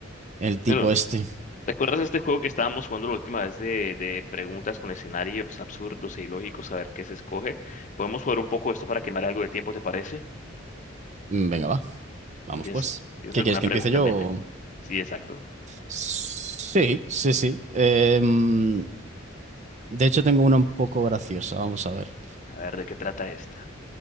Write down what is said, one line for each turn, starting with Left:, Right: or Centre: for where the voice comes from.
Right: el tipo
Left: Bueno,
Right: este.
Left: ¿te acuerdas de este juego que estábamos jugando la última vez de, de preguntas con escenarios absurdos e ilógicos, a ver qué se escoge? Podemos jugar un poco esto para quemar algo de tiempo, ¿te parece?
Right: Mm, Venga, va, vamos
Left: Bueno, ¿tienes,
Right: pues.
Left: tienes
Right: ¿Qué
Left: alguna
Right: quieres que
Left: pregunta
Right: empiece yo?
Left: en mente?
Right: o-
Left: Sí, exacto.
Right: Sí, sí, sí. Em, de hecho, tengo una un poco graciosa, vamos a ver.
Left: A ver, ¿de qué trata esta?